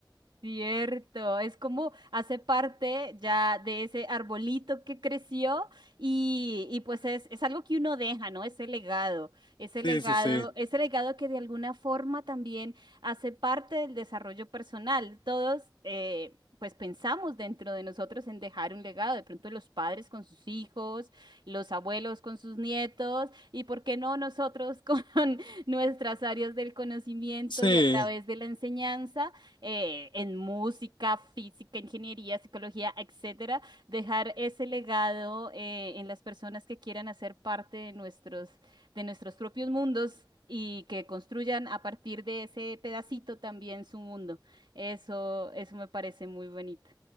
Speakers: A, on the right; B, on the left.
A: Cierto, es como hace parte ya de ese arbolito que creció y, y pues es, es algo que uno deja, ¿no? Ese legado, ese legado,
B: Sí, sí, sí.
A: ese legado que de alguna forma también hace parte del desarrollo personal. Todos, eh, pues pensamos dentro de nosotros en dejar un legado, de pronto los padres con sus hijos, los abuelos con sus nietos y, ¿por qué no nosotros con <laughs> nuestras áreas del conocimiento
B: Sí,
A: y a través de la enseñanza? eh, en música, física, ingeniería, psicología, etcétera, dejar ese legado eh, en las personas que quieran hacer parte de nuestros, de nuestros propios mundos y que construyan a partir de ese pedacito también su mundo. Eso, eso me parece muy bonito.